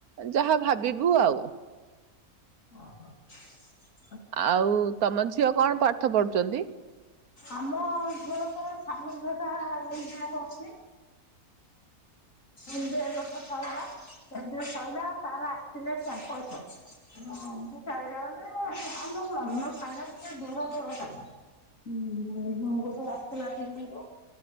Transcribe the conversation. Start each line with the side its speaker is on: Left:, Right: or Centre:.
Right: ଯାହା ଭାବିବୁ ଆଉ।
Left: <unintelligible>
Right: ଆଉ ତମ ଝିଅ କଣ ପାଠ ପଢୁଛନ୍ତି?
Left: ଆମ ଝିଅ ତ ସାନ ଝିଅଟା ଏମ୍ବିଏ କରୁଛି। ଏମ୍ବିଏ ଏ ବର୍ଷ ସଇଲା। ଏମ୍ବିଏ ସଇଲା ତାର ଆସିଥିଲା କ୍ୟାମ୍ପସ୍। ସିଏ ଚାଲିଯାଉଛି ଆମର ମନ ଫାଇନାଲ ଟିକେ ଦୂର ଦୂର ହେଲା। ଉଁ, ହୁଁ। ସିଏ ଆସିଥିଲା ଦିଲ୍ଲୀରୁ